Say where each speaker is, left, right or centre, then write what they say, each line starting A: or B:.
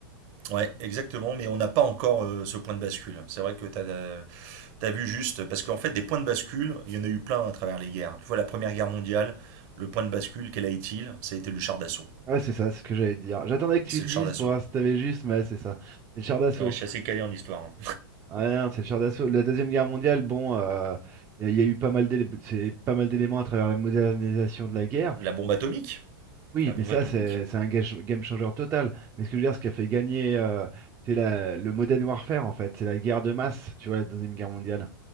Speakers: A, on the right (about 45°); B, on the right (about 20°).
A: ouais exactement mais on n'a pas encore euh, ce point de bascule c'est vrai que t'as euh, T'as vu juste, parce qu'en fait, des points de bascule, il y en a eu plein à travers les guerres. Tu vois, la Première Guerre mondiale, le point de bascule, quel a été-il Ça a été le char d'assaut.
B: Ouais, c'est ça, c'est ce que j'allais te dire. J'attendais que tu
A: C'est
B: le
A: le
B: dises
A: char d'assaut.
B: pour voir si t'avais juste, mais ouais, c'est ça. C'est le char d'assaut.
A: Ouais, je suis assez calé en histoire. hein.
B: Ouais, non, c'est le char d'assaut. La Deuxième Guerre mondiale, bon, euh, il y, a y a eu pas mal d'élé- c'est pas mal d'éléments à travers la modernisation de la guerre.
A: La bombe
B: Mais,
A: atomique
B: oui,
A: La bombe
B: mais ça,
A: atomique.
B: c'est c'est un gage- game changer total. Mais ce que je veux dire, ce qui a fait gagner, euh, c'est la- le modern warfare, en fait. C'est la guerre de masse, tu vois, la Deuxième Guerre mondiale.